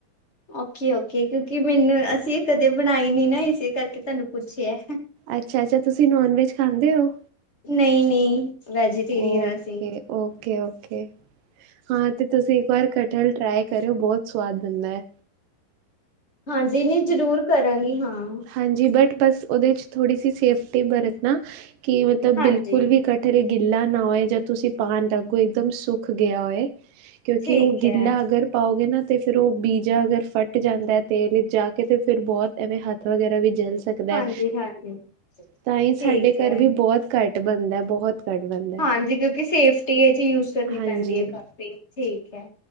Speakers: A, on the left; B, on the right.
A: ਓਕੇ- ਓਕੇ। ਕਿਉਂਕਿ ਮੈਨੂੰ ਅਸੀਂ ਇਹ ਕਦੇ ਬਣਾਈ ਨੀ ਨਾ ਇਸੇ ਕਰਕੇ ਤਨੂੰ ਪੁੱਛਿਆ।
B: ਅੱਛਾ-ਅੱਛਾ। ਤੁਸੀਂ ਨੋਨ ਵੈਜ ਖਾਂਦੇ ਔ?
A: ਨਹੀਂ ਨਹੀਂ ਵੈਜੀਟੇਰੀਅਨ
B: ਓਕੇ-ਓਕੇ-ਓਕੇ।
A: ਆ ਅਸੀਂ
B: ਹਾਂ ਤੇ ਤੁਸੀਂ ਇੱਕ ਵਾਰ ਕਟਹਲ ਟਰਾਏ ਕਰਿਓ। ਬੋਤ ਸਵਾਦ ਬਣਦਾ ਐ।
A: ਹਾਂਜੀ ਨੀ ਜਰੂਰ ਕਰਾਂਗੀ। ਹਾਂ।
B: ਹਾਂਜੀ। ਬਟ ਬਸ ਉਦੇ ਚ ਥੋੜੀ ਸੀ ਸੇਫਟੀ ਬਰਤਨਾ। ਕਿ ਮਤਲਬ
A: ਹਾਂਜੀ
B: ਬਿਲਕੁਲ ਵੀ ਕਠਰਲ ਗਿੱਲਾ ਨਾ ਹੋਏ । ਜਦ ਤੁਸੀਂ ਪਾਣ ਲੱਗੋ ਇੱਕਦਮ ਸੁੱਕ ਗਿਆ ਹੋਏ। ਕਿਉਂਕਿ
A: ਠੀਕ
B: ਉ ਗਿੱਲਾ
A: ਹੈ
B: ਅਗਰ ਪਾਓਗੇ ਨਾ ਤੇ ਫੇਰ ਓ ਬੀਜਾ ਅਗਰ ਫੱਟ ਜਾਂਦੇ ਤੇਲ ਵਿੱਚ ਜਾ ਕੇ ਤੇ ਫੇਰ ਬੋਤ ਐਵੇਂ ਹੱਥ ਵਗੈਰਾ ਵੀ ਜਲ ਸਕਦਾ
A: ਹਾਂਜੀ ਹਾਂਜੀ
B: ਤਾਂਈ ਸਾਡੇ
A: ਠੀਕ ਹੈ।
B: ਘਰ ਵੀ ਬਹੁਤ ਘੱਟ ਬਣਦਾ ਬਹੁਤ ਘੱਟ ਬਣਦਾ।
A: ਹਾਂਜੀ ਕਿਉਂਕਿ ਸੇਫਟੀ ਇਹ ਚ ਯੂਜ ਕਰਨੀ
B: ਹਾਂਜੀ,
A: ਪੈਂਦੀ ਹੈ ਕਾਫ਼ੀ ਠੀਕ ਹੈ